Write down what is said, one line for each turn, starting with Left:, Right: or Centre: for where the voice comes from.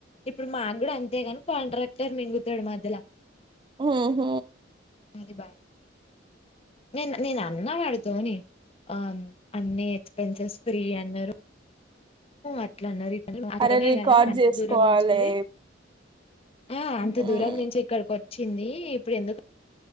Left: ఇప్పుడు మాక్ గుడా అంతేగని కాంట్రాక్టర్ మింగుతడు మధ్యల
Right: ఆ హ
Left: అది బాలా నేన్ నేన్ అన్నా వాడితోనే అవ్ను అన్ని ఎక్స్పెన్సెస్ ఫ్రీ అన్నరు అట్లన్నరు మా
Right: అరే
Left: ధరణే
Right: రికార్డ్
Left: కదా అంత
Right: చేసుకోవాలే
Left: దూరం నుంచెళ్ళి ఆ అంత
Right: హ్మ్
Left: దూరం నుంచి ఇక్కడికొచ్చింది ఇప్పుడ్ ఎందుకు